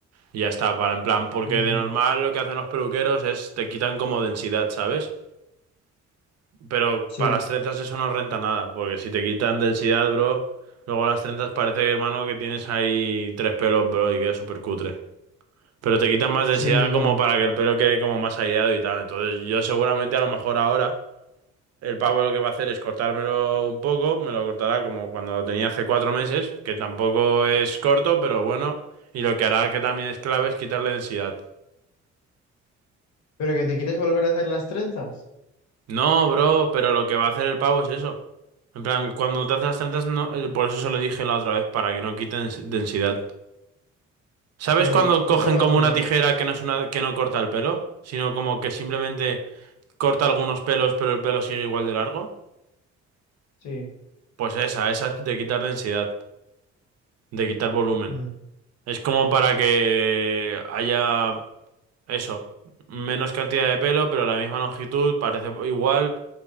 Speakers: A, on the right; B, on the left.
A: Y ya está, para en plan, porque
B: Ujú,
A: de normal lo que hacen los peluqueros es te quitan como densidad, ¿sabes? Pero
B: Sí,
A: para las trenzas eso no renta nada, porque si te quitan densidad, bro, luego las trenzas parece, que, hermano, que tienes ahí tres pelos, bro, y queda súper cutre. Pero te quitan más densidad
B: sí, ya.
A: como para que el pelo quede como más aireado y tal. Entonces yo seguramente a lo mejor ahora el pavo lo que va a hacer es cortármelo un poco, me lo cortará como cuando lo tenía hace cuatro meses, que tampoco es corto, pero bueno, y lo que hará que también es clave es quitarle densidad.
B: Pero que te quieres volver a hacer las trenzas,
A: No, bro, pero lo que va a hacer el pavo es eso. En plan, cuando te hace las trenzas, no, eh, por eso se lo dije la otra vez, para que no quiten s- densidad. ¿Sabes
B: entonces,
A: cuando
B: hoy
A: cogen
B: te lo vas
A: como
B: a
A: una
B: cortar,
A: tijera que no es una, que no corta el pelo? Sino como que simplemente corta algunos pelos, pero el pelo sigue igual de largo.
B: sí,
A: Pues esa, esa es de quitar densidad, de quitar volumen.
B: mm,
A: Es como para que haya eso, menos cantidad de pelo, pero la misma longitud, parece igual,